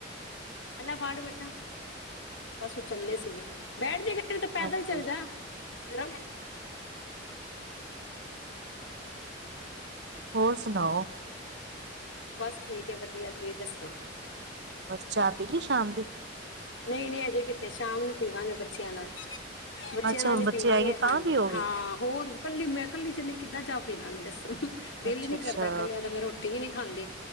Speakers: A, on the left; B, on the right.
A: ਐ ਲੈ ਫੜ ਬੇਟਾ ਬਸ ਉਹ ਚੱਲੇ ਸੀਗੇ ਬੈਠ ਜੇ ਫੇਰ ਤੇ ਪੈਦਲ
B: ਹਾਂਜੀ
A: ਚੱਲ ਜਾ <unintelligible>
B: ਹੋਰ ਸੁਨਾਓ
A: ਬਸ ਠੀਕ ਏ ਵਧੀਆ, ਤੁਹੀ ਦੱਸੋ
B: ਬਸ ਚਾ ਪੀਲੀ ਸ਼ਾਮ ਦੀ
A: ਨਹੀਂ ਨਹੀਂ ਅਜੇ ਕਿੱਥੇ ਸ਼ਾਮ ਨੂੰ ਪੀਵਾਂਗੇ ਬੱਚਿਆਂ ਨਾਲ ਬੱਚਿਆਂ
B: ਅੱਛਾ
A: ਨਾਲ
B: ਹੁਣ
A: ਈ
B: ਬੱਚੇ
A: ਪੀਵਾਂਗੇ।
B: ਆਏਂਗੇ
A: ਹਾਂਜੀ
B: ਤਾਂ ਪੀਓਗੇ
A: ਹਾਂ ਹੋਰ ਕੱਲੀ ਮੈਂ ਕੱਲੀ ਜਨੀ ਕਿੱਦਾਂ ਚਾ ਪੀ ਲਾਂ ਗੀ, ਦੱਸੋ ਦਿਲ
B: ਅੱਛਾ
A: ਈ ਨੀ
B: ਅੱਛਾ
A: ਕਰਦਾ ਕੱਲਿਆ ਦਾ, ਮੈਂ ਰੋਟੀ ਵੀ ਨੀ ਖਾਂਦੇ